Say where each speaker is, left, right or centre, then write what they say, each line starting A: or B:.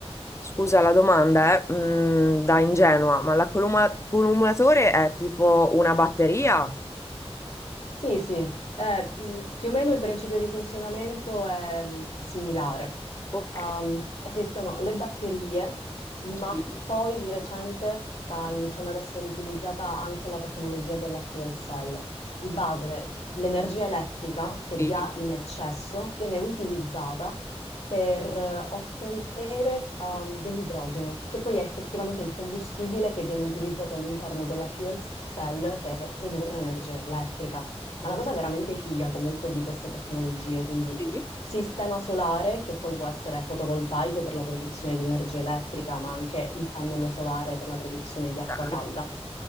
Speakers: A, on the left; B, on the left.
A: Scusa la domanda, eh, mm, da ingenua, ma l'accumulatore è tipo una batteria?
B: Sì, sì, eh, mh, più o meno il principio di funzionamento è mh, similare.
A: Ok,
B: Um, esistono le batterie, ma
A: sì,
B: poi di recente sta iniziando ad essere utilizzata anche la tecnologia della fuel cell. Di base, l'energia elettrica che
A: sì,
B: vi ha in eccesso viene utilizzata per eh, ottenere um, dell'idrogeno, che poi è effettivamente il combustibile che viene utilizzato all'interno della fuel cell per produrre energia elettrica. Ma la cosa veramente figa comunque di queste tecnologie, quindi
A: sì,
B: sistema solare che poi può essere fotovoltaico per la produzione di energia elettrica, ma anche il pannello solare per la produzione di acqua
A: certo,
B: calda,